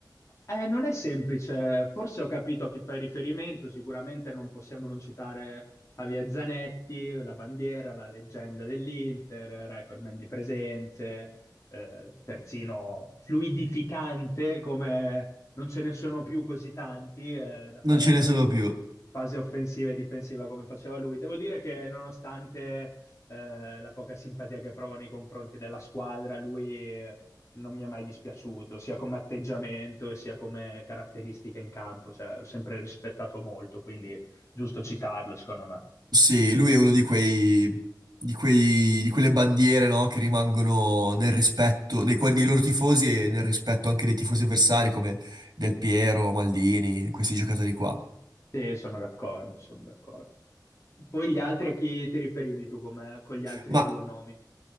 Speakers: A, on the left; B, on the right.
A: Eh, non è semplice, forse ho capito a chi fai riferimento, sicuramente non possiamo non citare Javier Zanetti, la bandiera, la leggenda dell'Inter, recordman di presenze, eh, terzino fluidificante come non ce ne sono più così tanti eh, da
B: Non
A: fare
B: ce ne sono più.
A: fase offensiva e difensiva come faceva lui. Devo dire che nonostante eh, la poca simpatia che provo nei confronti della squadra, lui eh, non mi è mai dispiaciuto, sia come atteggiamento e sia come caratteristica in campo, cioè l'ho sempre rispettato molto, quindi giusto citarlo, secondo me.
B: Sì, lui è uno di quei, di quei, di quelle bandiere, no, che rimangono nel rispetto nei cuori dei loro tifosi e nel rispetto anche dei tifosi avversari come Del Piero, Maldini, questi giocatori qua.
A: Sì, sono d'accordo, sono d'accordo. Poi gli altri a chi ti riferivi tu come, con gli altri
B: Ma
A: due nomi?